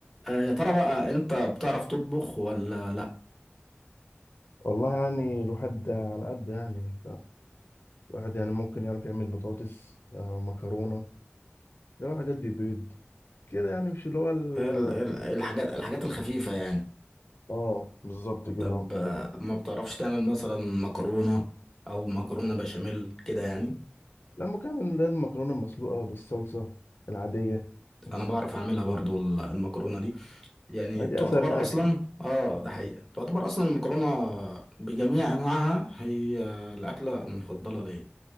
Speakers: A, in the centre; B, on the left (about 60°).
A: آه، يا ترى بقى انت بتعرف تطبخ ولا لا
B: والله يعني الواحد على قده يعني فالواحد يعني ممكن يعرف يعمل بطاطس آه، مكرونة ده حاجات دي بيض كده يعني مش اللي هو ال-
A: ال- ال- الحاجات الحاجات الخفيفة يعني
B: اه بالظبط كده
A: طب آه، ما بتعرفش تعمل مثلا مكرونة او مكرونة بشاميل كده يعني
B: لا ممكن اعمل اللي هي المكرونة المسلوقة بالصلصة العادية بس
A: انا بعرف اعملها برضو ال- المكرونة دي يعني
B: ما
A: تعتبر
B: دي اسهل حاجة
A: اصلا اه ده حقيقة تعتبر اصلا المكرونة بجميع انواعها هي الاكلة المفضلة ليا